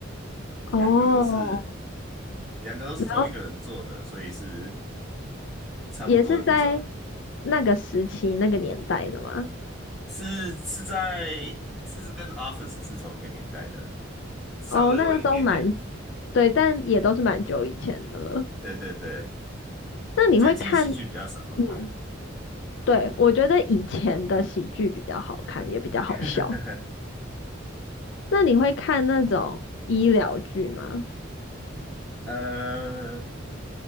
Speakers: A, on the left (about 60°); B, in the centre.
A: 哦，
B: 两个都是两个都是同一个人做的，
A: 然后
B: 所以是差不多的那种，
A: 也是在那个时期、那个年代的嘛。
B: 是是在是跟 Office 是同一个年代的，稍微晚一点点。
A: 哦，那个都蛮，对，但也都是蛮久以前的了。
B: 对对对，
A: 那你会看，
B: 最近喜剧比较少。好看的。
A: 嗯，对，我觉得以前的喜剧比较好看，也比较好笑。
B: <laughs>
A: 那你会看那种医疗剧吗？
B: 呃，